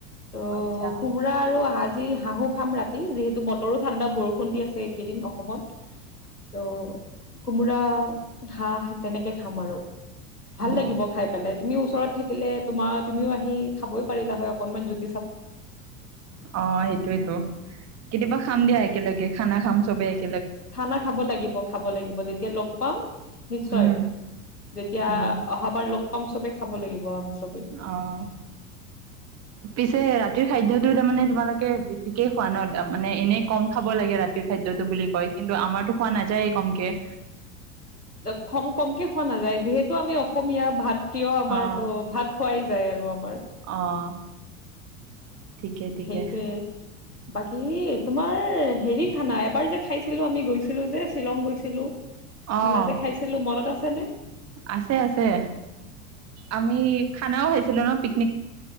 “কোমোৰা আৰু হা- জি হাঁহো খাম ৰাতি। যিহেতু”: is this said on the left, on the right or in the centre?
Left